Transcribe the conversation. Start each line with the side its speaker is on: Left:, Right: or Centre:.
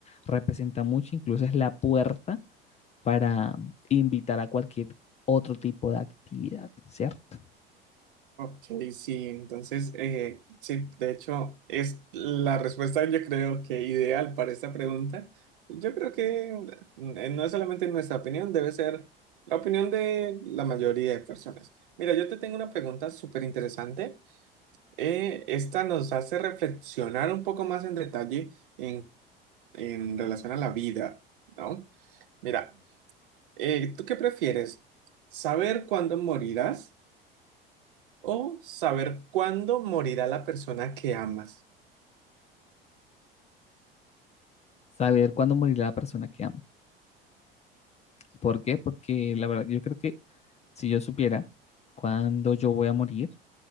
Left: representa mucho, incluso es la puerta para invitar a cualquier otro tipo de actividad, ¿cierto?
Right: Ok, sí, entonces, eh, sí, de hecho, es la respuesta yo creo que ideal para esta pregunta. Yo creo que mm, eh, no es solamente nuestra opinión, debe ser la opinión de la mayoría de personas. Mira, yo te tengo una pregunta súper interesante. Eh, esta nos hace reflexionar un poco más en detalle en, en relación a la vida, ¿no? Mira, eh, ¿tú qué prefieres? ¿Saber cuándo morirás? O saber cuándo morirá la persona que amas.
Left: Saber cuándo morirá la persona que amas. ¿Por qué? Porque la verdad, yo creo que si yo supiera cuándo yo voy a morir,